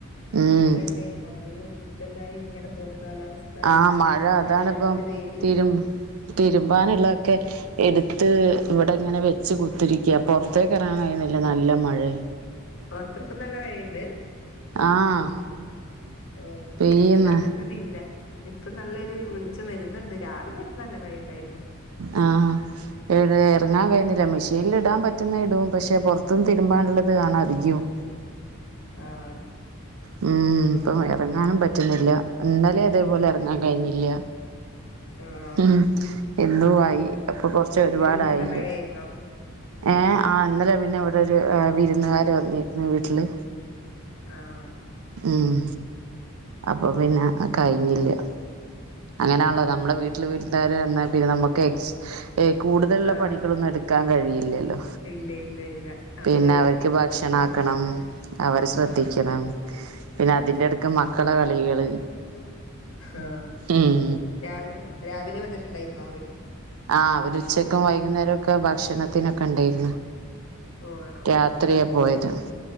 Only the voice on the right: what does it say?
ഉം
ആഹ് മഴ
അതാണിപ്പം
തിരു തിരുമ്പാനുള്ളതൊക്കെ എടുത്ത് ഇവിടെ ഇങ്ങനെ വെച്ച് കുത്തിരിക്ക പൊറത്തേക്ക് ഇറങ്ങാൻ കഴിയുന്നില്ല നല്ല മഴയാ
ആഹ്
പെയ്യുന്ന്
ആ ഇവിടെ എറങ്ങാൻ
കഴിയന്നില്ല മി ഷീൻല് ടാൻ പറ്റുന്ന ടും പക്ഷെ പൊർത്ത്ന്ന് തരുമ്പാള്ളത് ആണ് അധികും
ഉം ഇപ്പം എറങ്ങാനും പറ്റുന്നില്ല ഇന്നലേം അതേപോലെ എറങ്ങാൻ കഴിഞ്ഞില്ല
ഉം ഇന്നും ആയി അപ്പൊ കൊർച്ച് ഒരുപാടായിണ്ട്
ഏ ആ ഇന്നലെ പിന്നെ ഇവിടെ ഒരു വിരുന്നുകാര് വന്നിരുന്നു വീട്ടില്
ഉം അപ്പൊ പിന്നെ കഴിഞ്ഞില്ല്യ. അങ്ങനേൺള്ളോ
നമ്മുടെ വീട്ടില് വീട്ടുകാര് വന്നാ പിന്നെ നമുക്ക് എക്സ് ഏ കൂടുതലുള്ള
പണികളൊന്നും എടുക്കാൻ കഴിയ് ല്ല്യല്ലോ
പിന്നെ അവര്ക്ക് ഭക്ഷണം
ആക്കണം
അവരെ ശ്രദ്ധിക്കണം.
പിന്നെ അതിന്റെ
എട്ക്ക് മക്കള കളികള്.
ഉം
ആ അവര് ഉച്ചക്കും വൈകുന്നേരം ഒക്കെ ഭക്ഷണത്തിനൊക്കെ ണ്ടായ്രുന്നു
രാ രാത്രിയാ പോയത്.